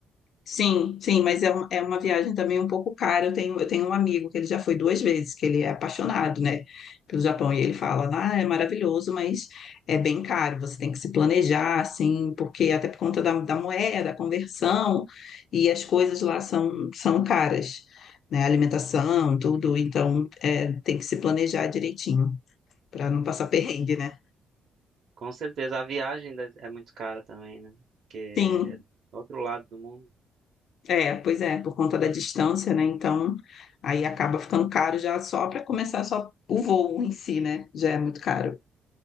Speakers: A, on the left (about 65°); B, on the right (about 60°).
A: Sim, sim, mas é, um- é uma viagem também um pouco cara. Eu tenho, eu tenho um amigo que ele já foi duas vezes, que ele é apaixonado, né, pelo Japão. E ele fala, ah, é maravilhoso, mas é bem caro. Você tem que se planejar, assim, porque até por conta da, da moeda, a conversão, e as coisas lá são, são caras, né? A Alimentação, tudo. Então, é, tem que se planejar direitinho, para não passar <laughs> perrengue, né?
B: Com certeza. A viagem deve- é muito cara também, né? Porque é
A: Sim.
B: do outro lado do mundo.
A: É, pois é, por conta da distância, né? Então, aí acaba ficando caro já só para começar só o voo em si, né? Já é muito caro.